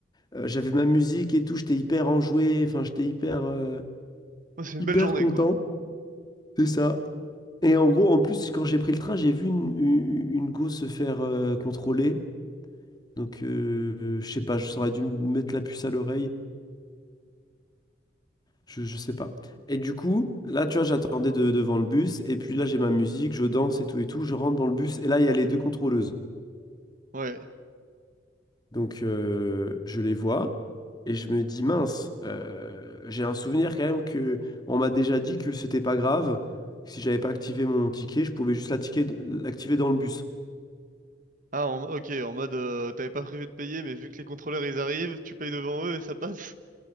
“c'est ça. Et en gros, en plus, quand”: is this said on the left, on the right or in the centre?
Left